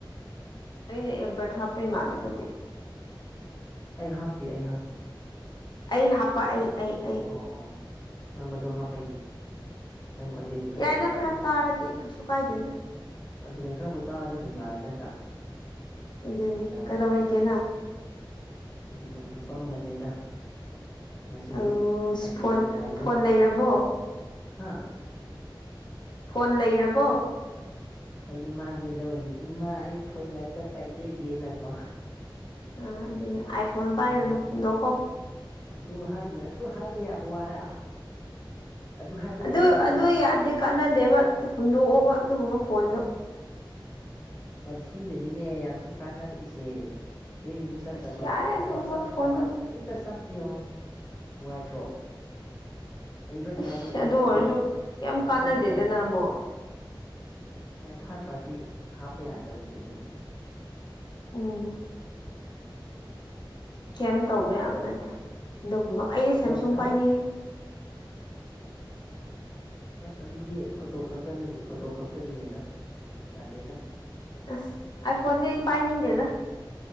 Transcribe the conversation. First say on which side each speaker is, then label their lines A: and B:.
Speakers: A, on the left (about 55°); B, on the left (about 30°).
A: ꯀꯅꯦ ꯑꯦꯕꯠ ꯍꯥꯞꯄꯩ ꯃꯥꯅꯤꯗꯨꯇ
B: ꯑꯩ ꯍꯥꯞꯇꯦ ꯑꯩ ꯍꯥꯞꯇꯦ
A: ꯑꯩ ꯍꯥꯄ ꯑꯩ ꯑꯩ ꯑꯩ
B: ꯑꯣ ꯑꯣ ꯅꯪ ꯃꯗꯨ ꯍꯥꯞꯄꯩꯅꯦ ꯅꯪ ꯈꯣꯟꯖꯦꯜꯗꯤ ꯐꯖꯅ
A: ꯌꯥꯏꯗ
B: ꯇꯥꯕ
A: ꯈꯔ
B: ꯑꯗꯨꯒ
A: ꯇꯥꯔꯗꯤ ꯀꯩꯁꯨ ꯀꯥꯏꯗꯦꯗ
B: ꯑꯗꯨꯅꯦ ꯈꯔꯕꯨ ꯇꯥꯔꯗꯤ ꯑꯗꯨꯝ ꯌꯥꯔꯦ ꯅꯠꯇ꯭ꯔꯥ
A: ꯑꯗꯨꯅꯦ
B: ꯀꯩ ꯀꯥꯟꯗꯕꯗ
A: ꯀꯗꯧꯔꯤꯒꯦꯅ
B: ꯑꯩꯗꯤ ꯑꯗꯨꯝ ꯍꯤꯞꯄꯝꯕꯅꯦꯗ ꯉꯁꯤꯗꯤ
A: ꯑꯧ
B: ꯁꯟꯗꯦ
A: ꯐꯣꯟ
B: ꯅꯣꯡꯃꯥꯏꯖꯤꯡ
A: ꯐꯣꯟ ꯂꯩꯔꯕꯣ
B: ꯍꯥ
A: ꯐꯣꯟ ꯂꯩꯔꯕꯣ
B: ꯍꯣꯏ ꯏꯃꯥꯗꯤ ꯂꯧꯅꯤ ꯏꯃꯥ ꯑꯩ ꯐꯣꯟ ꯉꯥꯛꯇ ꯄꯥꯏꯖꯒꯦꯅꯀꯣ
A: ꯑ ꯑꯗꯨꯅꯦ ꯑꯥꯏ ꯐꯣꯟ ꯄꯥꯏꯔꯨꯅꯨꯗꯣꯛꯀꯣ
B: ꯅꯤꯡꯉꯥꯏ ꯑꯗꯨ ꯍꯥꯏꯅꯨ ꯑꯗꯨ ꯍꯥꯏꯕ ꯌꯥꯕ ꯋꯥꯔꯥ ꯍꯥꯏꯕ ꯌꯥꯕ
A: ꯑꯗꯨ
B: ꯋꯥꯔꯥ
A: ꯑꯗꯨ ꯌꯥꯗꯦ ꯀꯥꯟꯅꯗꯦꯕ ꯍꯨꯟꯗꯣꯛꯑꯣꯕ ꯑꯗꯨꯒꯨꯝꯕ ꯐꯣꯟꯗꯣ
B: ꯁꯤꯅꯅꯤꯅꯦ ꯌꯥꯝ ꯊꯤꯛ ꯀꯥꯟꯅꯔꯛꯏꯁꯦ ꯍꯦꯡꯁꯨ ꯆꯠꯇꯕ
A: ꯑꯁ ꯌꯥꯔꯦ ꯑꯗꯨꯒꯨꯝꯕ
B: ꯀꯣ ꯆꯠꯇꯕ
A: ꯐꯣꯟꯗꯣ
B: ꯀꯔꯤꯝꯇ ꯆ ꯌꯦꯡꯉꯣ ꯅꯨꯡꯉꯥꯏꯇ꯭ꯔꯣ ꯑꯦꯟꯗ꯭ꯔꯣꯏꯗꯀꯩ
A: ꯏꯁ
B: ꯍꯥꯏꯔꯗꯤ ꯑꯦꯟꯗ꯭ꯔꯣꯏꯗꯇꯤ
A: ꯑꯗꯨ ꯑꯣꯏꯔꯁꯨ
B: ꯑꯃꯨꯛ
A: ꯀꯩꯝ
B: ꯑꯝꯇ
A: ꯀꯥꯟꯅꯗꯦꯗꯅ
B: ꯆꯞꯄꯛꯀꯅꯤ
A: ꯑꯃꯨꯛ
B: ꯑꯦ ꯊꯥꯔꯠ ꯄꯥꯔꯇꯤ ꯍꯥꯞꯄ ꯌꯥꯗꯕꯩꯅꯦ ꯑꯗꯨꯕꯨꯗꯤ
A: ꯎꯝ ꯀꯩ ꯇꯧꯕ ꯌꯥꯕ ꯅꯠꯇꯦ ꯑꯗꯨꯒꯨꯝꯕ ꯑꯩꯗꯤꯦ ꯁꯦꯝꯁꯨꯡ
B: ꯍꯣꯏ ꯊꯕꯛ
A: ꯄꯥꯏꯅꯤꯡꯉꯦ
B: ꯑꯁ ꯑꯗꯨꯗꯤ ꯐꯣꯇꯣ ꯈꯛꯇꯅꯤ ꯐꯣꯇꯣ ꯈꯛꯇꯒꯤꯅꯦꯗ ꯌꯥꯗꯦꯗ
A: ꯑꯁ ꯑ ꯐꯣꯟꯗꯤ ꯄꯥꯏꯅꯤꯗꯦꯗ